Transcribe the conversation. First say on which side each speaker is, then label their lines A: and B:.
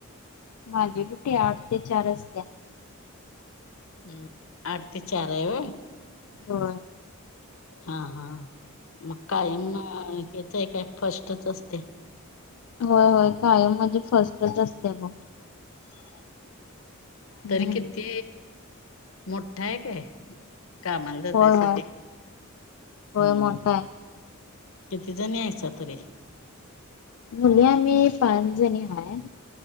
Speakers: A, on the left (about 85°); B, on the left (about 65°).
A: माझी रुटी आठ ते चार असते
B: हम्म अडतीचारयव
A: हो
B: हा हा मग कायम याच आहे काय फस्टच असते
A: होय होय कायम म्हणजे फर्स्टच असते बघ हम्म
B: तरी किती मोठा आहे काय कामाला जातस
A: होय होय
B: ते
A: होय
B: हम्म
A: मोठा आहे
B: किती जणी यायचा तरी
A: बली आम् पाच जणी आहेय